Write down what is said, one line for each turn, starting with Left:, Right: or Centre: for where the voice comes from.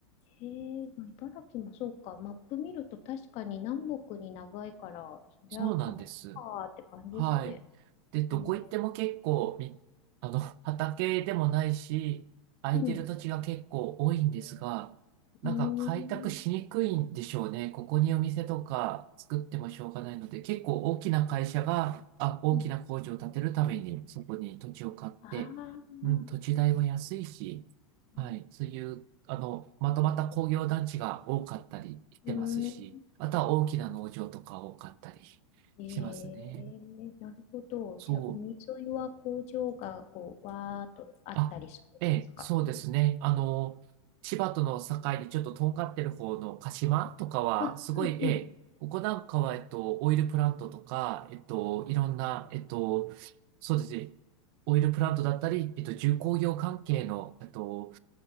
Left: へえ、まあ、茨城もそうか。マップ見ると確かに南北に長いから、そりゃ川か
Right: そうなんです。
Left: ーって感じですね。
Right: はい。で、どこ行っても結構み、
Left: うん。
Right: あの、<laughs> 畑でもないし、空いてる土地が結構多いんですが、
Left: うん。
Right: なんか開拓しにくいんでしょうね。
Left: うーん。
Right: ここにお店とか作ってもしょうがないので、結構大きな会社が、あ、大きな工場を建てるためにそこに土地を買って、
Left: うん。あー
Right: うん、土地代も安いし、
Left: あー。
Right: はい、そういう、あの、まとまった工業団地が多かったりしてますし、
Left: うーん。
Right: あとは大きな農場とか多かったり
Left: え
Right: しますね。
Left: え、なるほど。
Right: そう。
Left: じゃあ、海沿いは工場がこう、わーっとあったりするんですか。
Right: あ、ええ、そうですね。あの、千葉との境でちょっととんがってる方の鹿島とかは、
Left: あ、
Right: すごい、
Left: うん、う
Right: ええ、ここなんかは、えっと、オイルプラントとか、えっと、いろんな、えっと、そうですね。オイルプラントだったり、えっと、重工業関係の、えっと、